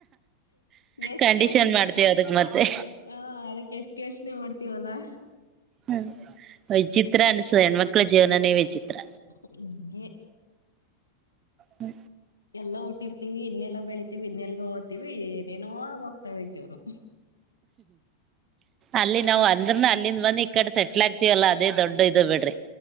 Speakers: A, on the left; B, on the right.
A: ಎಷ್ಟಷ
B: ಕಂಡೀಷನ್ ಮಾಡ್ತೀವಿ ಅದಕ್ ಮತ್ತೆ
A: ಹಾ ಅದಕ್ಕೆ ಎಷ್ಟ ಯೋಚನೆ ಮಾಡ್ತೀವಲ್ಲಾ
B: ಹ್ಮ ವಿಚಿತ್ರ ಅನ್ಸುದ ಹೆಣ್ಮಕ್ಳ ಜೀವನನೇ ವಿಚಿತ್ರ
A: ಹಗೆ
B: ಹ್ಮ
A: ಎಲ್ಲ ಊಟ್ಟಿರ್ತಿೀವಿ ಇನ್ನೆಲ್ಲ ಬೆಳತಿೀವಿ ಇನ್ನೆಲ್ಗ ಹೋಗ್ತಿೀವಿ ಏನೇನೋ ಆಗೋಗ್ತಾವ ಜವ್ರು
B: ಅಲ್ಲಿ ನಾವು ಅಂದ್ರ ಅಲ್ಲಿ ಇಲ್ಲಿಂದ ಬಂದಿ ಈ ಕಡೆ ಸೆಟ್ಲ್ ಆಗ್ತವಲ್ಲ ಅದ ದೊಡ್ಡ ಇದು ಬಿಡ್ರಿ